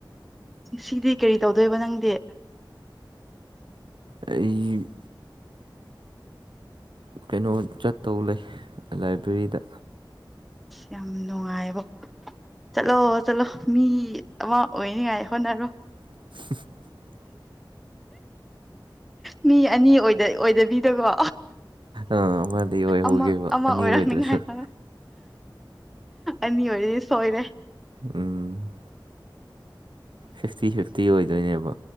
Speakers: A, in the centre; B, on the right (about 75°).
A: ꯉꯁꯤꯗꯤ ꯀꯔꯤ ꯇꯧꯗꯣꯏꯕ ꯅꯪꯗꯤ
B: ꯑꯩ ꯀꯩꯅꯣ ꯆꯠꯇꯧ ꯂꯩ ꯂꯥꯏꯕ꯭ꯔꯦꯔꯤꯗ
A: ꯌꯥꯝ ꯅꯨꯡꯉꯥꯏꯕ ꯆꯠꯂꯣ ꯆꯠꯂꯣ ꯃꯤ ꯑꯃ ꯑꯣꯏꯅꯤꯉꯥꯏ ꯍꯣꯠꯅꯔꯣ
B: <unintelligible>
A: ꯃꯤ ꯑꯅꯤ ꯑꯣꯏꯗ ꯑꯣꯏꯗꯕꯤꯗꯀꯣ
B: ꯑ ꯑꯃꯗꯤ ꯑꯣꯏꯍꯧꯒꯤꯕ
A: ꯑꯃ ꯑꯃ
B: ꯑꯅꯤ
A: ꯑꯣꯏꯔꯛꯅꯤꯉꯥꯏ
B: ꯑꯣꯏꯗꯣꯏ ꯁꯔꯨꯛ
A: ꯍꯣꯠꯅ ꯑꯅꯤ ꯑꯣꯏꯔꯗꯤ ꯁꯣꯏꯔꯦ
B: ꯎꯝ ꯐꯤꯐꯇꯤ ꯐꯤꯐꯇꯤ ꯑꯣꯏꯗꯣꯏꯅꯦꯕꯣ